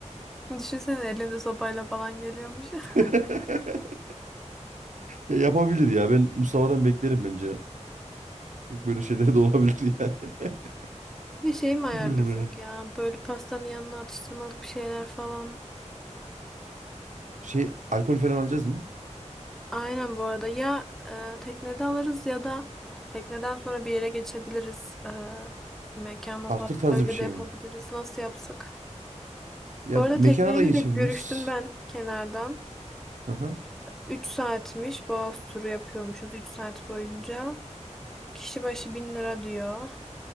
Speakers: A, in the centre; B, on the right.
A: Düşünsene elinde sopayla falan geliyormuş. <laughs>
B: <laughs> Ya yapabilir ya. Ben Mustafa'dan beklerim bence. Böyle şeyler de olabilir yani. <laughs>
A: Bir şey mi ayarlasak
B: Bilmiyorum ya.
A: ya? Böyle pastanın yanına atıştırmalık bir şeyler falan.
B: Şey alkol falan alacağız mı?
A: Aynen bu arada ya e, teknede alırız ya da tekneden sonra bir yere geçebiliriz. E, mekana
B: After
A: falan
B: tarzı
A: öyle
B: bir şey
A: de yapabiliriz.
B: mi?
A: Nasıl yapsak?
B: Ya
A: Bu arada
B: mekana
A: tekneyle
B: da geçebiliriz.
A: de görüştüm ben kenardan.
B: Aha.
A: 3 saatmiş. Boğaz turu yapıyormuşuz 3 saat boyunca. Kişi başı 1000 lira diyor.